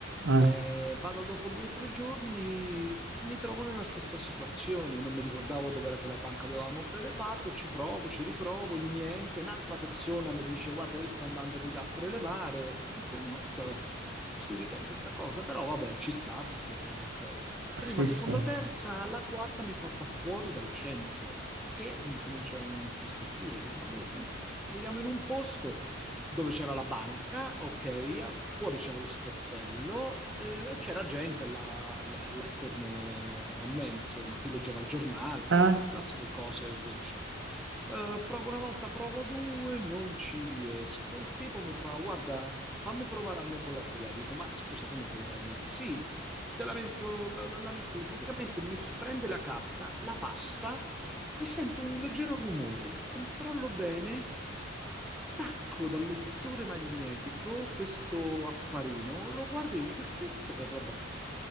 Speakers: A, on the right; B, in the centre.
A: Ah,
B: eh, vado dopo due o tre giorni, mi trovo nella stessa situazione, non mi ricordavo dove era quella banca dove avevamo prelevato, ci provo, ci riprovo, niente, un'altra persona mi dice, guarda, io sto andando di là a prelevare, dico, mazza, si ripete sta cosa, però vabbè, ci sta perché, eh, ok. Prima,
A: sì,
B: seconda,
A: sì.
B: terza, la quarta mi porta fuori dal centro e mi comincia a insospettire. Dico, ma dove stiamo andando? Viviamo in un posto dove c'era la banca, ok, fuori c'era lo sportello, eh, c'era gente là, là- là attorno a me, insomma, chi leggeva il giornale, insomma,
A: Ah,
B: classiche cose e via dicendo. Eh, provo una volta, provo due, non ci riesco. Il tipo mi fa: Guarda, fammi provare a me con la tua. Dico: Ma scusa, come con la mia? Sì, te la metto, la, la- la metto lì. Praticamente mi prende la carta, la passa e sento un leggero rumore. Controllo bene, stacco dal lettore magnetico questo affarino, lo guardo e gli dico: E questo che roba è?